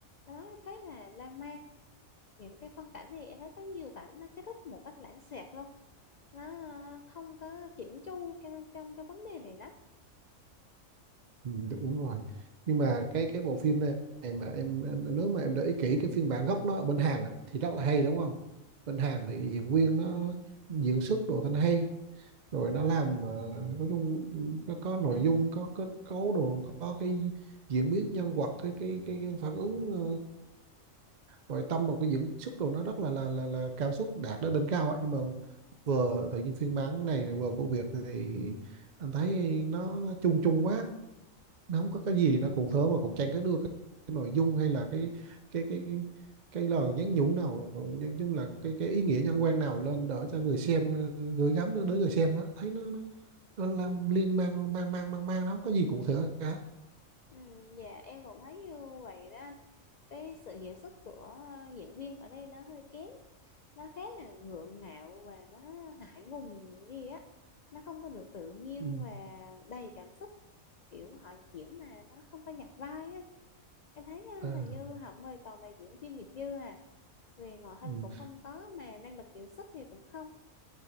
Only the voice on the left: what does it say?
Nó khá là lan man những cái phân cảnh thì em thấy có nhiều cảnh nó kết thúc một cách lãng xẹt luôn nó ờ, không có chỉnh chu cho nên trong cái vấn đề này lắm
ừ, dạ em cũng thấy như vậy đó anh cái sự diễn xuất của ờ, diễn viên ở đây nó hơi kém nó khá là gượng gạo và nó ngại ngùng gì á nó không có được tự nhiên
và đầy cảm xúc kiểu họ diễn mà nó không có nhặt vai á em thấy ờ,
hình như họ mời toàn là diễn viên nghiệp dư à về ngoại hình
cũng không có mà năng lực diễn xuất thì cũng không